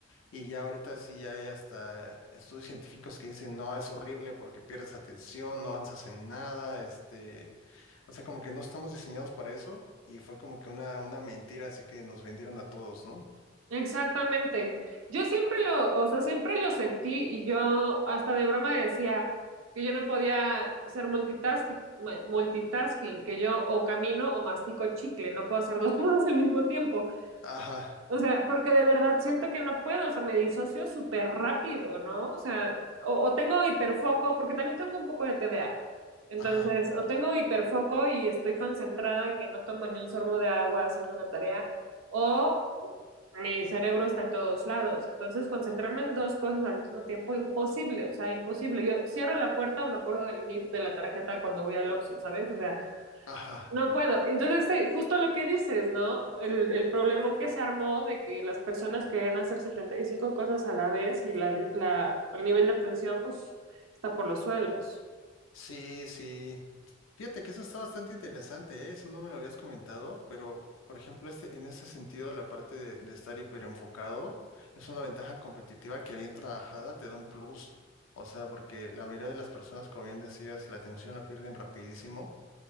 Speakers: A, on the left; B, on the right.
A: Y ya ahorita sí ya hay hasta estudios científicos que dicen, no, es horrible porque pierdes atención, no avanzas en nada, este, o sea, como que no estamos diseñados para eso y fue como que una, una mentira así que nos vendieron a todos, ¿no?
B: Exactamente. Yo siempre lo, o sea, siempre lo sentí y yo hasta de broma decía que yo no podía ser multitasking, multitasking, que yo o camino o mastico chicle, no puedo hacer dos <laughs> cosas al mismo tiempo.
A: Ajá,
B: O sea, porque de verdad siento que no puedo, o sea, me disocio súper rápido, ¿no? O sea, o, o tengo hiperfoco, porque también tengo un poco de TDA. Entonces,
A: ajá,
B: o tengo hiperfoco y estoy concentrada que no tomo ni un sorbo de agua haciendo una tarea, o mi cerebro está en todos lados. Entonces, concentrarme en dos cosas al mismo tiempo, imposible, o sea, imposible. Yo cierro la puerta o me acuerdo del NIP de la tarjeta cuando voy al Oxxo, ¿sabes? O sea,
A: ajá.
B: no puedo. Entonces, sí, justo lo que dices, ¿no? El, el problemón que se armó de que las personas querían hacer 75 cosas a la vez y la, la- el nivel de atención, pues, está por los suelos.
A: Sí, sí. Fíjate que eso está bastante interesante, ¿eh? Eso no me lo habías comentado, pero por ejemplo, este, en ese sentido, la parte de, de estar hiperenfocado es una ventaja competitiva que bien trabajada te da un plus. O sea, porque la mayoría de las personas, como bien decías, la atención la pierden rapidísimo